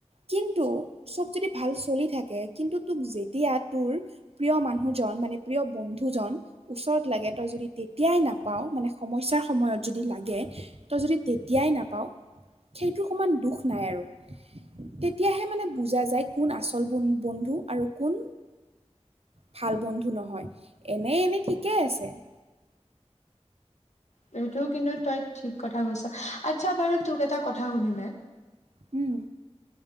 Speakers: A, on the right; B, on the left.
A: কিন্তু চব যদি ভাল চলি থাকে কিন্তু তোক যি তেতিয়া তোৰ প্ৰিয় মানুহজন মানে প্ৰিয় বন্ধুজন ওচৰত লাগে তই যদি তেতিয়াই নাপাও নাপাওঁ মানে সমস্যাৰ সময়ত যদি লাগে তই যদি তেতিয়াই নাপাওঁ। সেইটো সমান দুখ নাই আৰু। তেতিয়াহে মানে বুজা যায় কোন আচল বন্ধু আৰু কোন, ভাল বন্ধু নহয়, এনেই এনেই ঠিকেই আছে। উ।
B: সেইটো কিন্তু তই ঠিক কথা কৈছ, আচ্ছা বাৰু তোক এটা কথা সুধুনে?
A: উম।